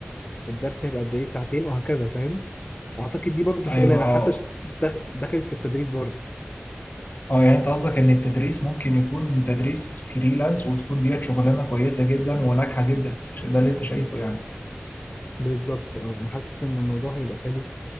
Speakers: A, on the left (about 35°); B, on the left (about 50°).
A: والدرس هيبقى قد ايه ساعتين وهكذا فاهم اعتقد دي برضو
B: ايوه
A: شغلانه
B: اه
A: حتى ش- دخ- دخلت في التدريس برضو
B: اه يعني انت قصدك ان التدريس ممكن يكون تدريس فريلانس وتكون ديت شغلانة كويسة جدا وناجحة جدا ده اللي انت شايفه يعني
A: بالظبط اه انا حاسس ان الموضوع هيبقى حلو